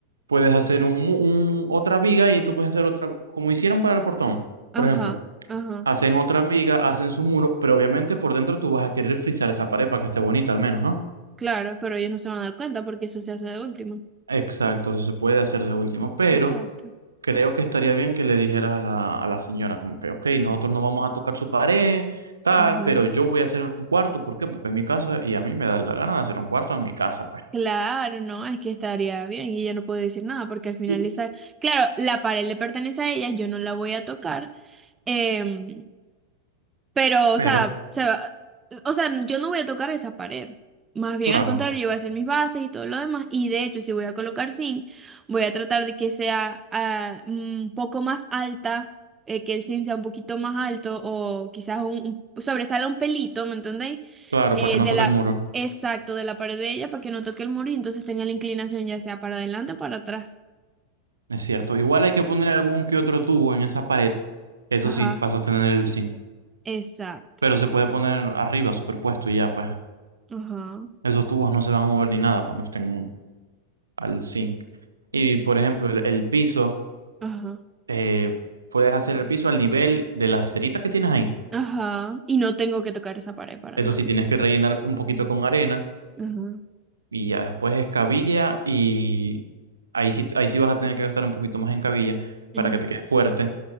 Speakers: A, on the right (about 75°); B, on the right (about 15°).
A: puedes hacer un, mu- un- otra viga y tú puedes hacer otra, como hicieron para el portón.
B: Ajá,
A: Por ejemplo,
B: ajá.
A: hacen otra viga, hacen su muro, pero obviamente por dentro tú vas a querer frisar esa pared para que esté bonita al menos, ¿no?
B: Claro, pero ellos no se van a dar cuenta porque eso se hace de último.
A: Exacto, eso se puede hacer de último, pero
B: Exacto.
A: creo que estaría bien que le dijeras a la, a la señora, como que, ok, nosotros no vamos a tocar su pared, tal,
B: Ujú.
A: pero yo voy a hacer un cuarto, ¿por qué? Porque es mi casa y a mí me da la gana de hacer un cuarto en mi casa, pues.
B: Claro, no, es que estaría bien y ella no puede decir nada porque al final
A: Y,
B: esa, claro, la pared le pertenece a ella, yo no la voy a tocar, em, pero, o
A: pero,
B: sea, se va- o sea, yo no voy a tocar esa pared. Más bien
A: claro,
B: al contrario, yo voy a hacer mis bases y todo lo demás. Y de hecho, si voy a colocar zinc, voy a tratar de que sea ah, un poco más alta, eh, que el zinc sea un poquito más alto o quizás un, un- sobresala un pelito, ¿me entendéis?
A: claro,
B: Eh,
A: para que no
B: de
A: toque
B: la,
A: el muro,
B: exacto, de la pared de ella para que no toque el muro y entonces tenga la inclinación ya sea para adelante o para atrás.
A: es cierto. Igual hay que poner algún que otro tubo en esa pared, eso
B: Ajá,
A: sí, para sostener el zinc,
B: exacto.
A: pero se puede poner arriba, superpuesto y ya, pues,
B: Ajá,
A: esos tubos no se van a mover ni nada cuando estén al zinc. Y, por ejemplo, el, el piso.
B: ajá.
A: eh, puedes hacer el piso al nivel de las ceritas que tienes ahí.
B: Ajá. Y no tengo que tocar esa pared para
A: Eso
B: nada.
A: sí, tienes que rellenar un poquito con arena
B: Ajá.
A: y ya después escabilla y ahí sí, ahí sí vas a tener que gastar un poquito más en cabilla para
B: Ujú,
A: que te quede fuerte